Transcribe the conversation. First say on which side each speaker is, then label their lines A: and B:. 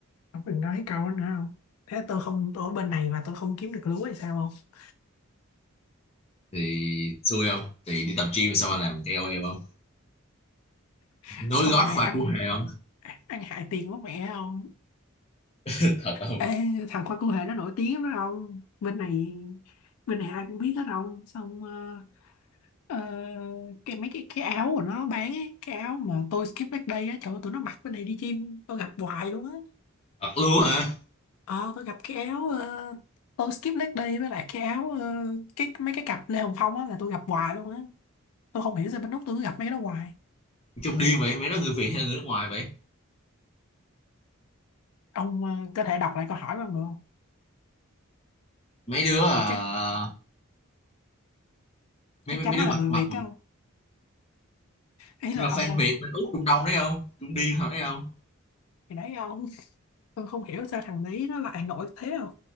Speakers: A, on the left; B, on the left.
A: không đừng nói câu đó nữa không thế tôi không tôi ở bên này mà tôi không kiếm được lúa hay sao không
B: thì xui không thì đi tập gym xong anh làm KOL không
A: <laughs>
B: nối
A: xong
B: gót
A: rồi
B: khoa
A: ăn
B: cua hề không
A: ăn hại tiền của mẹ không
B: <laughs> thật không
A: Ê, thằng khoai cụ thể nó nổi tiếng lắm đó không bên này bên này ai cũng biết hết không xong ờ, ờ, cái mấy cái cái áo của nó bán ấy, cái áo mà tôi skip back day á trời ơi, tụi nó mặc bên này đi chim tôi gặp hoài luôn á
B: thật luôn hả
A: Ờ, tôi gặp cái áo ờ, tôi skip leg day với lại cái áo ờ, cái mấy cái cặp Lê Hồng Phong á là tôi gặp hoài luôn á. Tôi không hiểu sao bên Úc tôi cứ gặp mấy cái đó hoài.
B: trong điên vậy mấy đứa người Việt hay là người nước ngoài vậy
A: Ông ờ, có thể đọc lại câu hỏi bằng được không?
B: mấy đứa à,
A: Kiểu chắc
B: mấy
A: chắc
B: mấy
A: chắn
B: mấy
A: là
B: đứa mặt
A: người
B: mặt
A: Việt đó không? Ý là
B: nhưng mà fan
A: ông ông
B: Việt bên Úc Trung Đông đấy không cũng điên thật đấy không
A: thì đấy ông tôi không hiểu sao thằng đấy nó lại nổi thế không?